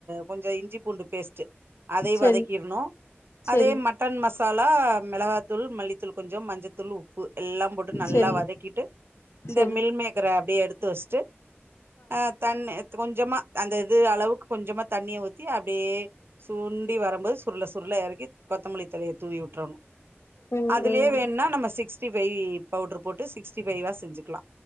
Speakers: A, on the right (about 55°); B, on the left (about 75°).
A: கொஞ்சோ இஞ்சி பூண்டு பேஸ்ட் அதயூ
B: சேரி
A: வதக் கிர்ணூ
B: சேரி
A: அதே மட்டன் மஸ் சாலா மெளகாத்தூள் மல்லித்தூள் கொஞ்சோ மஞ்சத்தூள் உப் ப்பு எல்லாம் போட்டு நல்லா
B: சேரி
A: வதக்கிட்டு இந்த
B: சேரி
A: மில் மேக்கர அப்டியே எடுத்து வச்சுட்டு ஆ தண்ணி கொஞ்சமா அந்த இது அளவுக்கு கொஞ்சமா தண்ணிய ஊத்தி அப்டியே சுண்டி வரும்போது சுருள சுருள எறக்கி கொத்தமல்லி தழைய தூவி விட்டுறணூ
B: ம்
A: அதுலயே
B: ம்
A: வேணுனா நம்ப சிக்ஸ்டி ஃபைவ் பவுடர் போட்டு சிக்ஸ்ட்டி ஃபைவா செஞ்சுக்கலா